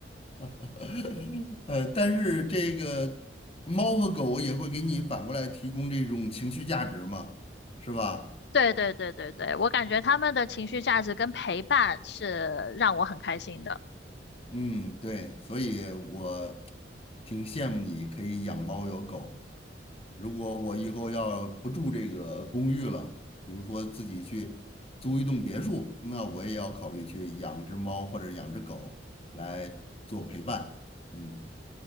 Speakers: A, on the left (about 35°); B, on the left (about 65°).
A: <laughs> 呃，但是这个猫和狗也会给你反过来提供这种情绪价值嘛，是吧？
B: 对对对对对，我感觉他们的情绪价值跟陪伴是让我很开心的。
A: 嗯，对，所以我挺羡慕你可以养猫有狗。如果我以后要不住这个公寓了，比如说自己去租一栋别墅，那我也要考虑去养只猫或者养只狗来做陪伴。嗯